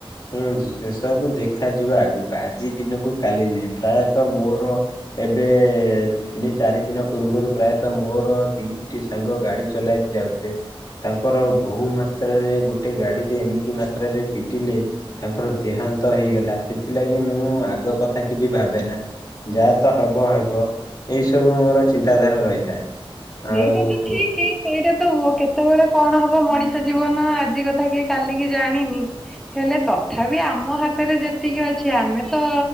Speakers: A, on the left; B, in the centre.
A: ଶୁଣନ୍ତୁ ସେ ସବୁ ଦେଖାଯିବ ଆଗକୁ ଆଜି ଦିନକୁ କାଲି ନୁହେଁ ପ୍ରାୟତଃ ମୋର ଏବେ ତିନି ଚାରି ଦିନ ପୂର୍ବରୁ ପ୍ରାୟତଃ ମୋର ଦିଇଟି ସାଙ୍ଗ ଗାଡି ଚଲେଇକି ଯାଉଥିଲେ। ତାଙ୍କର ବହୁ ମାତ୍ରାରେ ଗୋଟେ ଗାଡିରେ ଏମିତି ମାତ୍ରାରେ ପିଟିଲେ ତାଙ୍କର ଦେହାନ୍ତ ହେଇଗଲା ସେଥିଲାଗି ମୁଁ ଆଗ କଥା କିଛି ଭାବେନା ଯାହା ତ ହବ ହବ ଏଇ ସବୁ ମୋର ଚିନ୍ତାଧାରା ରହିଥାଏ ଆଉ
B: ଏଇଟା ତ ଠିକ ସେଇଟା ତ ହୁଅ କେତେବେଳେ କଣ ହବ ମଣିଷ ଜୀବନ ଆଜି କଥା କିଏ କାଲିକି ଜାଣିନି ହେଲେ ତଥାପି ଆମ ହାତରେ ଯେତିକି ଅଛି ଆମେ ତ